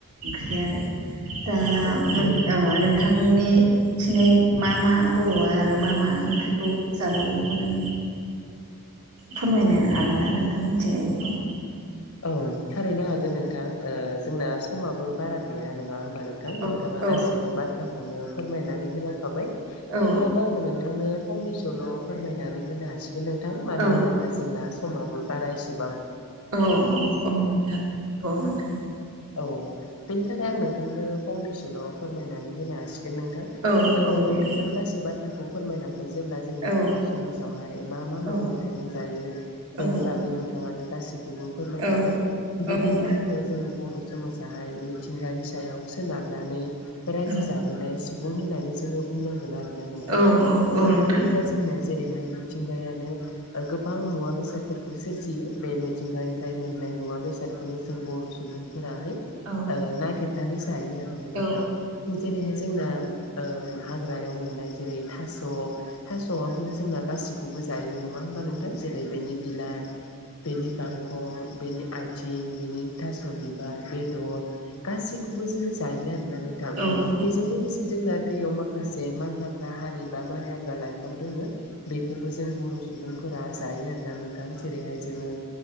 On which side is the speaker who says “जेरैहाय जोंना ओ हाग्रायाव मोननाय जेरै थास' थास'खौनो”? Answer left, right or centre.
Left